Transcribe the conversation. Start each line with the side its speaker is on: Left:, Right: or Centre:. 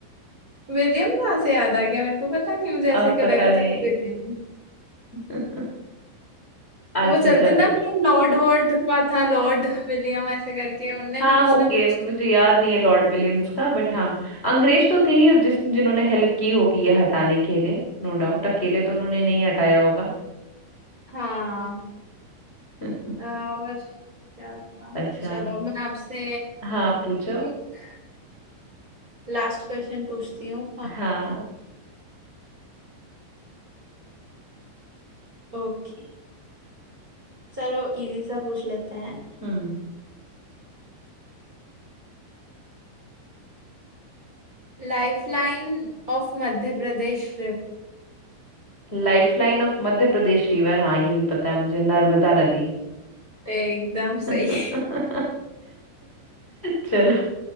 Right: विलियम कहाँ से याद आ गया मेरे को पता नहीं मुझे ऐसे
Left: अब
Right: क्यों
Left: पता
Right: लग रहा
Left: नहीं
Right: था कि विलियम
Left: <laughs> अच्छा
Right: वो चलते
Left: चलो
Right: ना लॉर्ड वॉर्ड का था लॉर्ड विलियम ऐसे करके उनने
Left: हाँ
Right: भी
Left: होंगे
Right: कुछ ना कुछ
Left: मुझे याद नहीं है लॉर्ड विलियम्स का बट हाँ अंग्रेज तो थे ही जिस जिन्होंने हेल्प की होगी ये हटाने के लिए नो डाउट अकेले तो उन्होंने नहीं हटाया होगा
Right: हाँ
Left: <laughs>
Right: और क्या था
Left: अच्छा
Right: चलो मैं आपसे
Left: हाँ पूछो
Right: एक लास्ट क्वेश्चन पूछती हूँ
Left: हाँ
Right: ओके <clears throat> चलो इजी सा पूछ लेते हैं
Left: हम्म
Right: Lifeline of Madhya Pradesh
Left: lifeline of Madhya Pradesh river हाँ ये भी पता है मुझे नर्मदा नदी
Right: एकदम
Left: <laughs>
Right: सही
Left: चलो